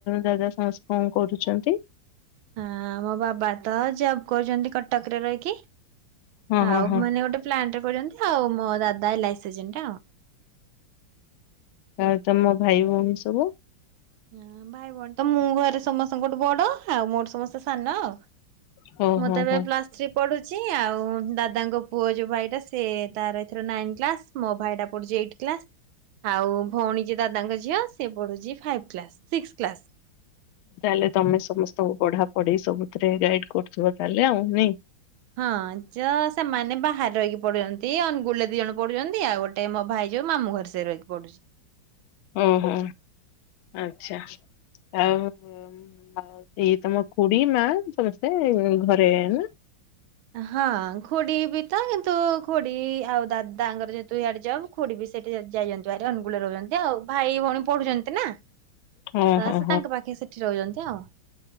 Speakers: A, on the left; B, on the right.
A: ଦାଦା ସମସ୍ତେ କଣ କରୁଛନ୍ତି?
B: ହଁ ମୋ ବାବା ତ ଜବ କରୁଛନ୍ତି କଟକ ରେ ରହିକି
A: ହଁ ହଁ
B: ଆଉ
A: ହଁ
B: ମାନେ ଗୋଟେ ପ୍ଲାଣ୍ଟ୍ ଟେ କରିଛନ୍ତି ଆଉ ମୋ ଦାଦା ଏଲାଇସି ଏଜେଣ୍ଟ ଆଉ।
A: ଆଉ ତମ ଭାଇ ଭଉଣୀ ସବୁ?
B: ହଁ ଭାଇ ଭଉଣୀ ତ ମୁଁ ଘରେ ସମସ୍ତ ଙ୍କ ଠୁ ବଡ଼ ଆଉ ମୋ ଠୁ ସମସ୍ତେ ସାନ ଆଉ।
A: ହଁ
B: ମୁଁ
A: ହଁ
B: ତେ ଏବେ
A: ହଁ।
B: ପ୍ଲସ ଥ୍ରୀ ପଢୁଛି ଆଉ ଦାଦାଙ୍କ ପୁଅ ଯୋଉ ଭାଇ ଟା ସେ ତାର ଏଥର ନାଇନ୍ କ୍ଲାସ୍ ମୋ ଭାଇ ଟା ପଢୁଛି ଏଇଟି କ୍ଲାସ୍। ଆଉ ଭଉଣୀ ଯେ ଦାଦାଙ୍କ ଝିଅ ସେ ପଢୁଛି ଫାଇଭ୍ କ୍ଲାସ ସିକ୍ସ କ୍ଲାସ୍।
A: ତାହେଲେ ତମେ ସମସ୍ତଙ୍କୁ ପଢ଼ା ପଢ଼ି ସବୁଥିରେ ଗାଇଡି଼ କରୁଥିବ ତାହେଲେ ଆଉ ନାଇଁ।
B: ହଁ ଯ ସେମାନେ ବାହାରେ ରହିକି ପଢୁଛନ୍ତି ଅନୁଗୁଳ ରେ ଦି ଜଣ ପଡୁଛନ୍ତି ଆଉ ଗୋଟେ ମୋ ଭାଇ ଯୋଉ ମାମୁଁ ଘରେ। <unintelligible> ପଢ଼ୁଛି।
A: ଓ ହୋ ଆଚ୍ଛା ଆଉ। ଆ ଇଏ ତମ ଖୁଡି ମା ସମସ୍ତେ ଘରେ ନା
B: ହଁ ଖୁଡି ବି ତ କିନ୍ତୁ ଖୁଡି ଆଉ ଦା ତାଙ୍କର ଯେହେତୁ ଇଆଡେ ଜବ୍ ଖୁଡି ବି ସେଠି ଯାଇଚନ୍ତି ଭାର ଅନୁଗୁଳରେ ରହୁଚନ୍ତି ଆଉ ଭାଇ ଭଉଣୀ ପଢୁଛନ୍ତି ନା। ତ
A: ହଁ ହଁ
B: ସେ ତାଙ୍କ ପାଖେ ସେଠି ରହୁଚନ୍ତି ଆଉ।